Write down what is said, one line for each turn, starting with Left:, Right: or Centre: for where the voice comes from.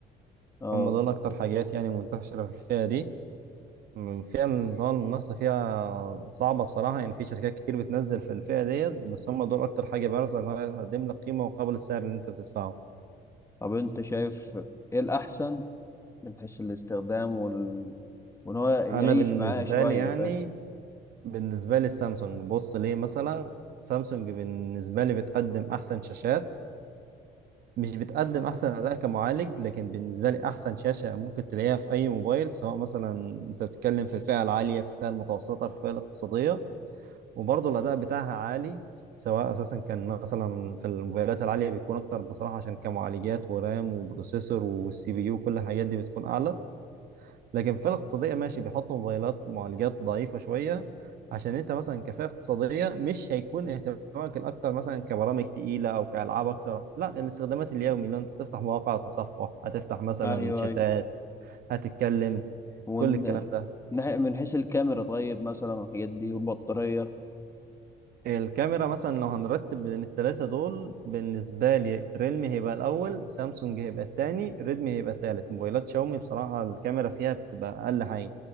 Left: اه
Right: هم دول اكتر حاجات يعني منتشرة في الفئة دي الفئة اللي هو المنافسة فيها صعبة بصراحة يعني في شركات كتير بتنزل في الفئة ديت بس هم دول اكتر حاجة بارزة اللي هو هتقدم لك قيمة مقابل السعر اللي انت بتدفعه
Left: طب انت شايف ايه الاحسن من حيث الاستخدام وال... وان هو يعيش
Right: انا بالنسبه
Left: معاه شوية
Right: لي يعني
Left: فاهم
Right: بالنسبه لي السامسونج بص ليه مثلا سامسونج بالنسبه لي بتقدم احسن شاشات مش بتقدم احسن اداء كمعالج لكن بالنسبه لي احسن شاشه ممكن تلاقيها في اي موبايل سواء مثلا انت بتتكلم في الفئه العاليه في الفئه المتوسطه في الفئه الاقتصاديه وبرضه الاداء بتاعها عالي سواء اساسا كان مثلا في الموبايلات العاليه بيكون اكتر بصراحه عشان كمعالجات ورام وبروسيسور والسي بي يو كل الحاجات دي بتكون اعلى لكن في الاقتصادية ماشي بيحطوا موبايلات معالجات ضعيفة شوية عشان انت مثلا كفئة اقتصادية مش هيكون اهتمامك الاكتر مثلا كبرامج تقيلة او كالعاب اكتر لا الاستخدامات اليومي اللي انت تفتح مواقع تصفح هتفتح مثلا
Left: ايوه
Right: شتات
Left: ايوه
Right: هتتكلم
Left: وان
Right: كل الكلام ده
Left: نح- من حيث الكاميرا طيب مثلا والحاجات دي والبطارية
Right: الكاميرا مثلا لو هنرتب بين التلاتة دول بالنسبة لي ريلمي هيبقى الأول سامسونج هيبقى التاني ريدمي هيبقى التالت موبايلات شاومي بصراحة الكاميرا فيها بتبقى أقل حاجة